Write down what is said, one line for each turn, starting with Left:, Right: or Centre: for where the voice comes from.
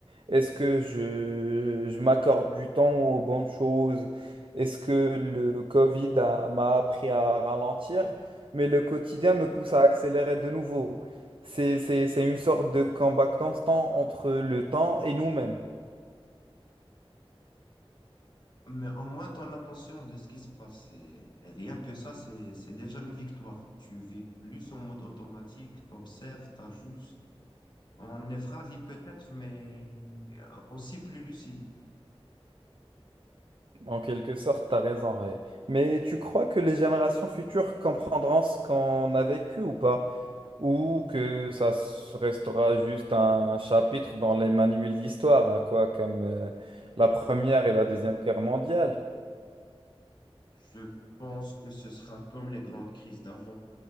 Right: Est-ce que je, je m'accorde du temps aux bonnes choses? Est-ce que le Covid a- m'a appris à ralentir? Mais le quotidien me pousse à accélérer de nouveau. C'est, c'est, c'est une sorte de combat constant entre le temps et nous-mêmes.
Left: Mais au moins, tu en as conscience de ce qui se passe. Et et rien que ça, c'est, c'est déjà une victoire. Tu vis plus en mode automatique, t'observes, t'ajustes. On est fragile peut-être, mais euh, aussi plus lucide.
Right: En quelque sorte, t'as raison, ouais. Mais tu crois que les générations futures comprendront ce qu'on a vécu ou pas? Ou que ça s- restera juste un chapitre dans les manuels d'histoire, hein, quoi, comme euh, la Première et la Deuxième Guerre mondiale.
Left: Je pense que ce sera comme les grandes crises d'avant.